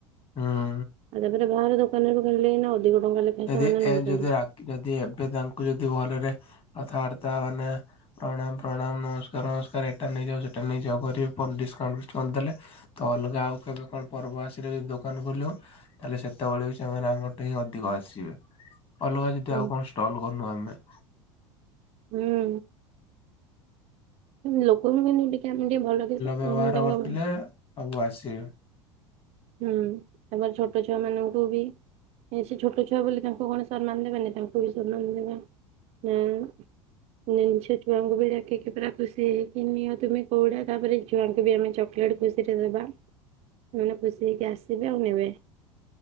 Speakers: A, on the left; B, on the right.
A: ହଁ
B: ଆଉ ତାପରେ ବାହାର ଦୋକାନରୁ କିଣିଲେ ଏଇନା ଅଧିକ ଟଙ୍କା ଲେଖାଏଁ
A: ଯଦି
B: ସେମାନେ ନଉଛନ୍ତି।
A: ଏ ଯଦି ରା ଯଦି ଏବେ ତାଙ୍କୁ ଯଦି ଭଲରେ କଥାବାର୍ତ୍ତା ମାନେ ପ୍ରଣାମ ପ୍ରଣାମ ନମସ୍କାର ଫସ୍କାର ଏଟା ନେଇଯାଅ ସେଟା ନେଇଯାଅ ଡିସକାଉଣ୍ଟ ଫିସ୍ କାଉଣ୍ଟ ଦେଲେ ତ ଅଲଗା ଆଉ କେବେ କଣ ପର୍ବ ଆସିଲେ ବି ଦୋକାନ ଖୋଲ ତାହେଲେ ସେତେବେଳେ ବି ସେମାନେ ଆମ ପଟେ ହିଁ ଅଧିକ ଆସି ଆସିବେ ଅଲଗା ଯଦି
B: ହୁଁ।
A: ଆଉ କଣ ଷ୍ଟଲ କରନୁ ଆମେ
B: ହୁଁ ଲୋକଙ୍କୁ କିନ୍ତୁ ଟିକେ ଆମେ ଟିକେ ଭଲ ତାଙ୍କ
A: ବ୍ୟବହାର କରିଥିଲେ ସବୁ ଆସିବେ।
B: ହୁଁ ତାପରେ ଛୋଟ ଛୁଆ ମାନଙ୍କୁ ବି ବେଶି ଛୋଟ ଛୁଆ ବୋଲି ତାଙ୍କୁ କଣ ସମ୍ମାନ ଦେବେନି ତାଙ୍କୁ ବି ସମ୍ମାନ ଦେବା ଆ ଛୁଆଙ୍କୁ ବି ଡାକିକି ପୁରା ଖୁସି ହେଇ ଅ ତୁମେ କୋଉଟା ତାପରେ ଛୁଆଙ୍କୁ ବି ଆମେ ଚକୋଲେଟ୍ ଖୁସିରେ ଦେବା ସେ ଖୁସି ସି ହେଇକି ଆସିବେ ଆଉ ନେବେ